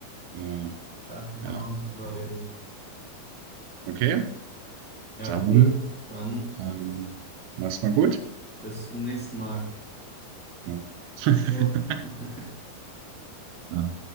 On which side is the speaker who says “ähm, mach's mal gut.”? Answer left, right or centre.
Right